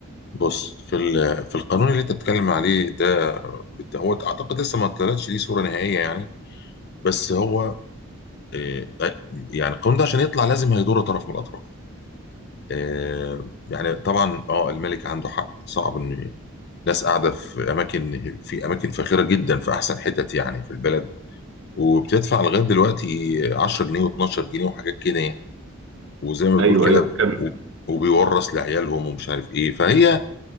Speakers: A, on the left (about 50°); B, on the right (about 60°).
A: بص في ال- في القانون اللي انت بتتكلم عليه ده بت- هو اعتقد لسه ما طلعتش ليه صوره نهائيه يعني بس هو آه، يعني القانون ده عشان يطلع لازم هيضر طرف من الاطراف آه، يعني طبعا اه الملك عنده حق صعب ان ناس قاعده في اماكن في اماكن فاخره جدا في احسن حتت يعني في البلد وبتدفع لغايه دلوقتي 10 جنيه و12 جنيه وحاجات كده يعني. وزي ما بتقول
B: ايوه
A: لا كده
B: ايوه كمل
A: وب- وبيورث لعيالهم ومش عارف ايه فهي